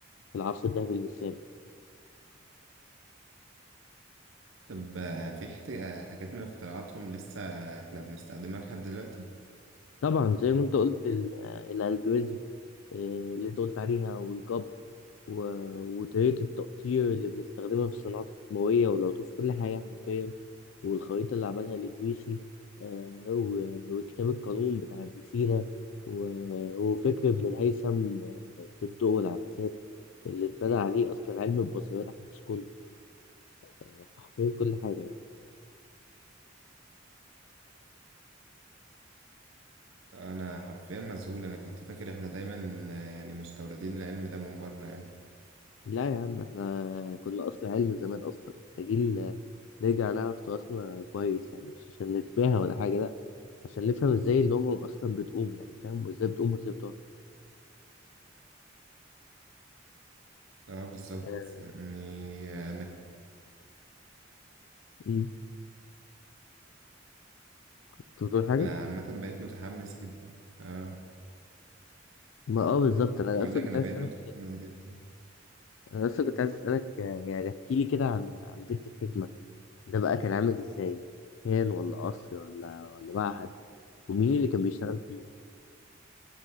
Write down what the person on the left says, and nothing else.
في العصر الذهبي للإسلام
طبعا زي ما انت قلت ال- الالجوريزم آه، اللي انت قلت عليها والجبر و- وطريقة التقطير اللي بنستخدمها في الصناعات الكيماوية والعطور في كل حاجة حرفيا والخريطة اللي عملها الإدريسي آه، و- وكتاب القانون بتاع ابن سينا و- وفكر ابن الهيثم آه، في الضوء والعدسات اللي اتبنى عليه أصلا علم البصريات الحديث كله آه، حرفيا كل حاجة
لا يا عم احنا كنا اصل علم زمان اصلا محتاجين نرجع نعرف تراثنا كويس يعني مش عشان نتباهى ولا حاجه لا عشان نفهم ازاي الامم اصلا بتقوم يعني فاهم وازاي بتقوم وازاي بتقع
آه،
أمم. كنت بتقول حاجه
ما اه بالظبط انا
اصلا
كنت
عايز
اسالك
انا اصلا كنت عايز اسالك آه، يعني احكي لي كده عن عن بيت الحكمه ده بقى كان عامل ازاي مكان ولا قصر ولا ولا معهد ومين اللي كان بيشتغل فيه